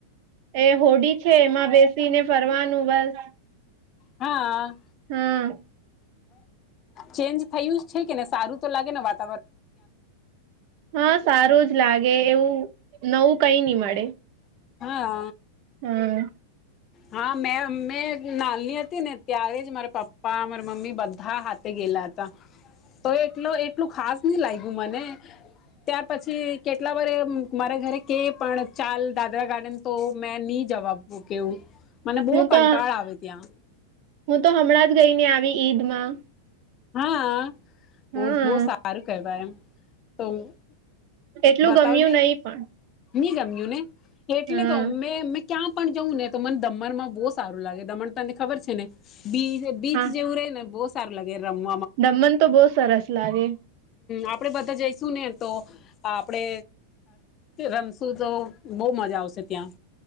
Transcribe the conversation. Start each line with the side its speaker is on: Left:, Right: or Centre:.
Right: એ હોડી છે એમાં બેસીને ફરવાનું બસ
Left: હા.
Right: હમ.
Left: ચેન્જ થયું છે કે ને સારું તો લાગે ને વાત
Right: હા સારું જ લાગે એવું નવું કઈ નની મળે
Left: હા
Right: હા
Left: હા મે મે નાલની હતી ને ત્યારે જ મારા પાપ્પા પપ્પા મારા મમ્મી બધા હાથે ગયેલા હતા તો એટલું એટલુ ખાસ નહ લાગ્યું મને ત્યા- પછી કેટલા વર એ મારા ઘરે પણ ચાલ દાદરા ગાર્ડન તો મેં નહી જવા કેવું મને બહુ
Right: હું તો
Left: કંટાળ આવે ત્યાં
Right: હું તો હમણાં જ ગઈ ને આવી ઈદમાં
Left: હા બ
Right: હા
Left: બહ સારું કેવાય એમ- તો
Right: એટલું
Left: બતાવજે
Right: ગમ્યું નહી પણ
Left: હી જમ્યું ને એટલે
Right: હા
Left: તો અમે અ ક્યાં પણ જઉં ને તો મને દમણમાં બહુ સારું લાગે દમણ તને ખબર છે ને બી બીચ
Right: હા
Left: જેવું રે ને બહુ સારું લાગે મ
Right: દમણ તો બહુ સરસ લાગે
Left: આપડે બધા જઈશું ને તો આપડે રમશું તો બહ મજા આવશે ત્યાં